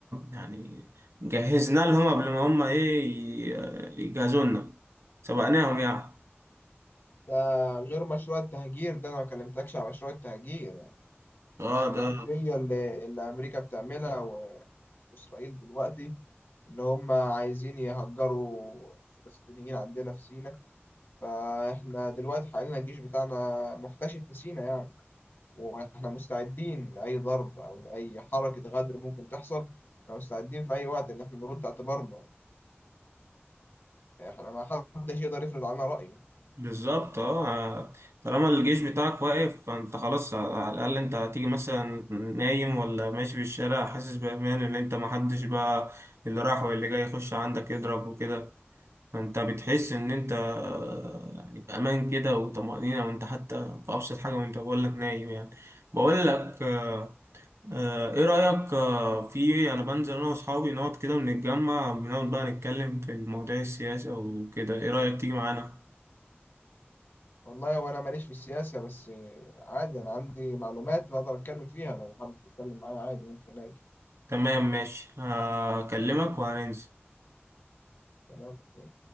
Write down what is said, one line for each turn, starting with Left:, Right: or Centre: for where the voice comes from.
Right: يعني جهزنا لهم قبل ما هم إيه ي- يجهزوا لنا سبقناهم يعني
Left: ده غير مشروع التهجير ده انا ما كلمتكش على مشروع التهجير يعني
Right: اه
Left: الاستراتيجية
Right: ده
Left: اللي, اللي امريكا بتعملها إسرائيل دلوقتي إن هم عايزين يهجروا الفلسطينيين عندنا في سيناء فإحنا دلوقتي حاليا الجيش بتاعنا محتشد في سيناء يعني وإحنا مستعدين لأي ضرب أو لأي حركة غدر ممكن تحصل إحنا مستعدين في أي وقت إن إحنا نرد اعتبارنا إحنا ما حدش يقدر يفرض علينا رأيه
Right: بالظبط اه طالما الجيش بتاعك واقف فانت خلاص على الاقل انت هتيجي مثلا نايم ولا ماشي في الشارع حاسس بامان ان انت محدش بقى اللي راح واللي جاي يخش عندك يضرب وكده فانت بتحس ان انت آه، يعني بامان كده وطمأنينة وانت حتى في ابسط حاجة وانت بقول لك نايم يعني بقول لك آه، ايه رأيك آه، في انا بنزل انا واصحابي نقعد كده بنتجمع بنقعد بقى نتكلم في المواضيع السياسية وكده ايه رأيك تيجي معانا
Left: والله وأنا ماليش في السياسة بس عادي أنا عندي معلومات بقدر أتكلم فيها لو حابب تتكلم معايا عادي ممكن أجي
Right: تمام ماشي هكلمك وهننزل
Left: تمام أوكي.